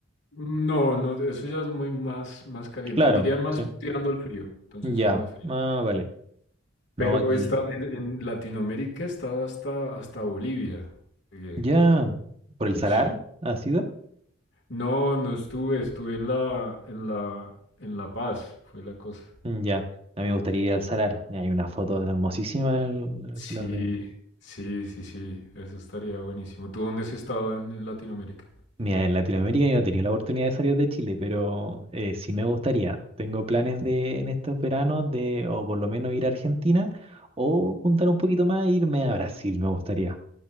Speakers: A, on the left; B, on the right.
A: No, no, eso ya es muy más, más caliente.
B: Claro,
A: Diría más
B: sí.
A: tirando al frío, entonces
B: Ya,
A: es más frío.
B: ah, vale. No
A: Pero
B: aquí.
A: está en, en Latinoamérica está hasta, hasta Bolivia. llegué.
B: Ya, ¿por el salar
A: Sí.
B: ha sido?
A: No, no estuve, estuve en la, en la, en La Paz, fue la cosa.
B: Mm, Ya, a mí me gustaría ir al Salar. Hay una foto hermosísima del, del
A: Sí,
B: Salar de...
A: sí, sí, sí, eso estaría buenísimo. ¿Tú dónde has estado en, en Latinoamérica?
B: Mira, en Latinoamérica yo no he tenido la oportunidad de salir de Chile, pero eh, sí me gustaría. Tengo planes de en estos veranos de o por lo menos ir a Argentina o juntar un poquito más e irme a Brasil, me gustaría.